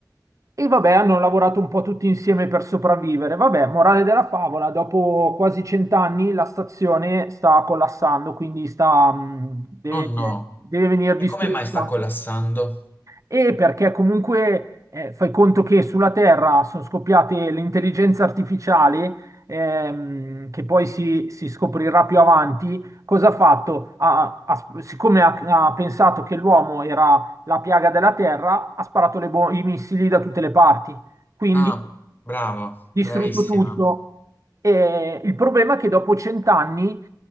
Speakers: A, on the right; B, on the left.
A: E vabbè, hanno lavorato un po' tutti insieme per sopravvivere. Vabbè, morale della favola, dopo quasi cent'anni la stazione sta collassando, quindi sta, mh, deve,
B: Oh no,
A: deve venire
B: e
A: distrutta
B: come mai sta collassando?
A: e perché comunque eh, fai conto che sulla Terra sono scoppiate l'intelligenza artificiale, ehm, che poi si, si scoprirà più avanti, cosa ha fatto? Ha- ha- siccome ha, ha pensato che l'uomo era la piaga della Terra, ha sparato le bo- i missili da tutte le parti, quindi
B: Ah, bravo,
A: distrutto
B: bravissima.
A: tutto. E il problema è che dopo cent'anni